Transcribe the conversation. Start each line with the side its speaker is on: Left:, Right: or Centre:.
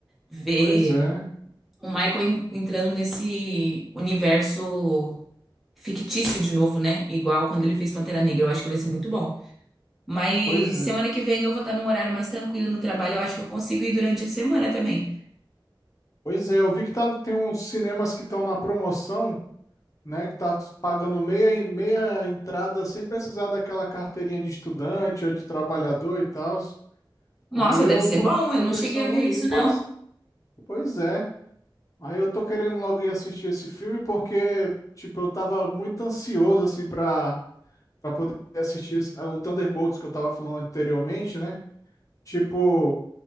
Centre: ver
Left: Pois é.
Centre: o Michael en- entrando nesse universo fictício de novo, né? Igual quando ele fez Pantera Negra, eu acho que vai ser muito bom. Mas
Left: Pois,
Centre: semana que vem eu vou estar num horário mais tranquilo no trabalho, eu acho que eu consigo ir durante a semana também.
Left: pois é, eu vi que tá, tem uns cinemas que estão na promoção, né? Que tá pagando meia, meia entrada sem precisar daquela carteirinha de estudante ou de trabalhador e tal. Aí
Centre: Nossa,
Left: eu
Centre: deve ser
Left: tô,
Centre: bom, eu
Left: tô
Centre: não
Left: pensando
Centre: cheguei a ver
Left: em
Centre: isso,
Left: ir. Pois,
Centre: não.
Left: pois é. Aí eu tô querendo logo ir assistir esse filme porque, tipo, eu tava muito ansioso, assim, pra, pra poder assistir esse- ah, o Thunderbolts que eu tava falando anteriormente, né? Tipo,